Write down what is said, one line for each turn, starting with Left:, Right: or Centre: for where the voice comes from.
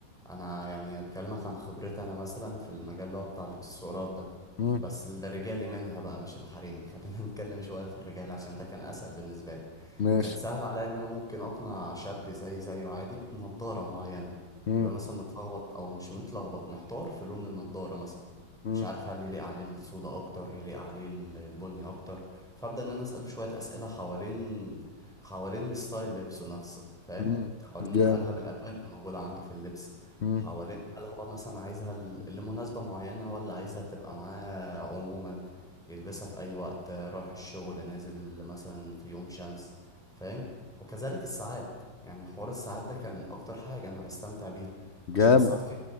Centre: انا يعني بكلمك عن خبرتي انا مثلا في المجال اللي هو بتاع الاكسسوارات ده
Left: امم
Centre: بس الرجالي منها بقى مش الحريمي <laughs> خلينا نتكلم شويه في الرجال عشان ده كان اسهل بالنسبه لي
Left: ماشي
Centre: كان سهل عليا ان انا ممكن اقنع شاب زي زيه عادي بنضارة معينة
Left: امم
Centre: يبقى مثلا متلخبط او مش متلخبط محتار في لون النضارة مثلا
Left: امم
Centre: مش عارف هل يليق عليه السودا اكتر يليق عليه ال- البني اكتر فابدا ان انا اساله شوية اسئلة حوالين حوالين ستايل لبسه نفسه فاهم
Left: امم
Centre: حوالين
Left: جامد
Centre: اغلب الالوان الموجودة عنده في اللبس
Left: امم
Centre: حوالين هل هو مثلا عايزها ل- لمناسبة معينة ولا عايزها تبقى معاه عموما يلبسها في اي وقت رايح الشغل نازل مثلا في يوم شمس فاهم وكذلك الساعات يعني حوار الساعات ده كان اكتر حاجة انا بستمتع بيها
Left: جامد
Centre: عشان الساعات فيها